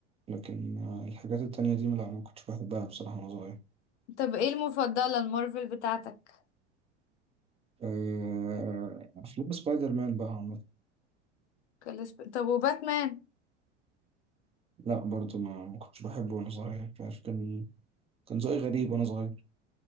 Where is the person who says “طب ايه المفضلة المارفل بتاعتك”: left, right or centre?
Left